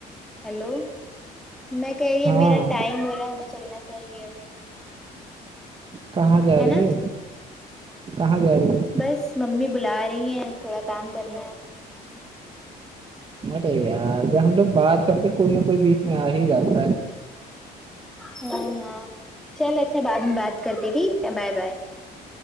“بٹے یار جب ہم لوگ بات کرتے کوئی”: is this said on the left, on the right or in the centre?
Right